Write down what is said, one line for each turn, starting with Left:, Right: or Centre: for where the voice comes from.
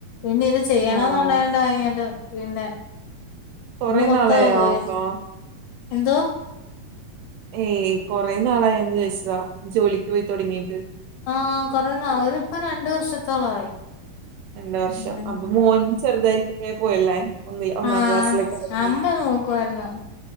Left: പിന്നെ ഇത് ചെയ്യണോന്ന്
Right: ആഹ്
Left: ണ്ടായൊണ്ടാ <unintelligible> പിന്നെ
Right: കൊറെ
Left: ഇന്ന് മൊത്തം
Right: നാളായോ
Left: പോയി
Right: പോ
Left: എന്തോ
Right: ഏയ് കൊറെ നാളായോന്ന് ചോദിച്ചതാ ജോലിക്ക് പോയി തൊട്ങ്ങീട്ട്
Left: ആഹ് കൊറേ നാള് ഇപ്പം രണ്ടു വർഷത്തോളായി
Right: രണ്ട് വർഷം
Left: ഉം
Right: അപ്പൊ മോൻ ചെറുതായിരിക്കുമ്പയെ പോയല്ലേ ഒന്നില് ഒന്നാം
Left: ആഹ്
Right: ക്ലാസ്സിലൊക്കെ ആയപ്പോയേക്കും
Left: അമ്മ നോക്കുവായിരുന്നു